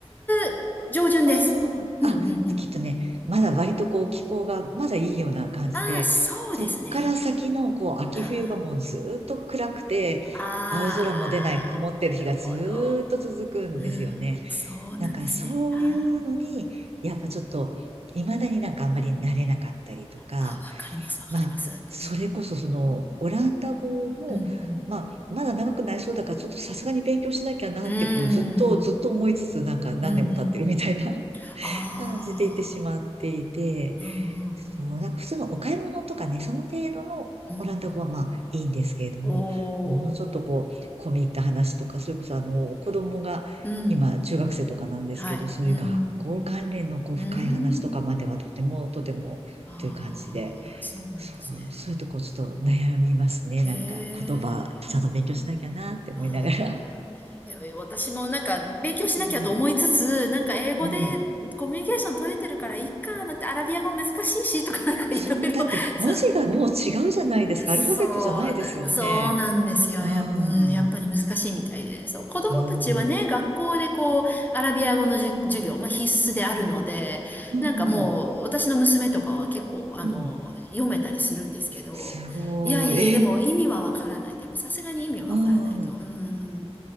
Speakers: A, on the left (about 15°); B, on the right (about 65°).
A: 月上旬です。
B: うん。
A: うん、
B: あ、
A: うん、うん。
B: きっとね、まだ割とこう気候がまだいいような感じで、
A: ああ、そうですね。
B: そっから先のこう秋冬がもうずーっと暗くて、
A: あーああ、
B: 青空も出ない曇ってる日がずーっと続くんですよね。
A: なるほど。うん、そうなんですね。
B: なんかそういうのに、
A: あー
B: やっぱちょっと未だになんかあんまり慣れなかったりとか、
A: あ、わかります、わかります。
B: まあ、それこそそのオランダ語も、
A: うん、うん、
B: まあ、まだ長くなりそうだから、ちょっとさすがに勉強しなきゃなって、
A: うん。う
B: こう、ずっと、
A: ん、
B: ずっと思いつつ、なんか何年も経ってるみたいな
A: うん、うん。あ
B: 感じていってしまっていて、
A: あ、うん、
B: そう、
A: うん、
B: なんか普通のお買い物とかね、その程度のオランダ語はまあいいんですけれども、
A: うん、うんうん。お
B: もうちょっとこう、
A: お、
B: 込み入った話とか、それこそあの、子供が今中学生とかなんですけど、
A: うん、はい、
B: そういう学校関連のこう、
A: うん、うん。
B: 深い話とかまではとてもとてもという感じで、
A: ああ、そうなんですね。
B: そう、そういうとこちょっと悩みますね。
A: ええ
B: なんか言葉ちゃんと勉強しなきゃなって思いながら。
A: ああ、いや、いや私もなんか勉強しなきゃと思いつつ、
B: うん。
A: なんか英語で
B: うん。
A: コミュニケーション取れてるからいいか、だってアラビア語難しいしとかなんかいろいろ、
B: そう、だって文字がもう違うじゃないですか。
A: そう、そ
B: アルファベットじゃないですよね。
A: うな、そうなんですよ。
B: うん。
A: や、うん、やっぱり難しいみたいで。
B: うん。
A: そう、子供たちはね、
B: うん。
A: 学校でこう、アラビア語のじゅ授業、まあ必須であるので、
B: うん。
A: なんかもう、
B: うん。
A: 私の娘とかは結構、あの、
B: うん
A: 読めたりするんですけど、
B: すごい。
A: いやいや、でも意味はわからないって。
B: え、
A: やっぱさすがに意味はわからないと、
B: うん。
A: うん、